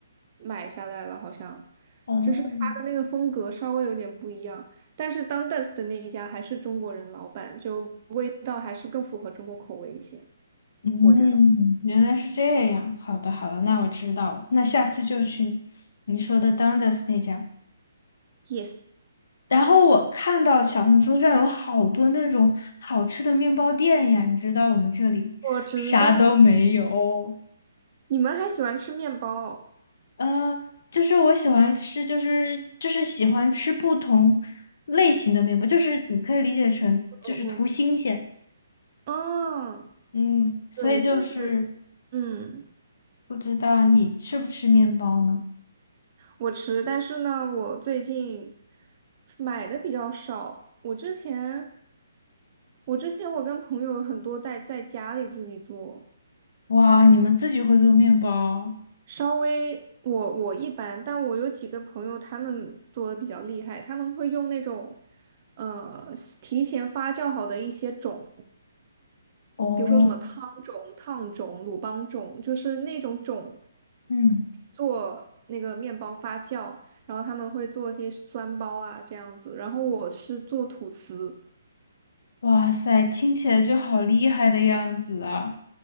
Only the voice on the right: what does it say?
买下来了，好像
就是它的那个风格稍微有点不一样，但是 Dundas 的那一家还是中国人老板，就味道还是更符合中国口味一些，
我觉得。
Yes，
我知道，你们还喜欢吃面包。
嗯嗯，哦，
对，就是嗯，
我吃，但是呢，我最近买的比较少。我之前，我之前我跟朋友很多在在家里自己做，
稍微我我一般，但我有几个朋友他们做的比较厉害，他们会用那种呃提前发酵好的一些种，
比如说什么汤种、烫种、鲁邦种，就是那种种。
做那个面包发酵，然后他们会做一些酸包啊这样子，然后我是做吐司，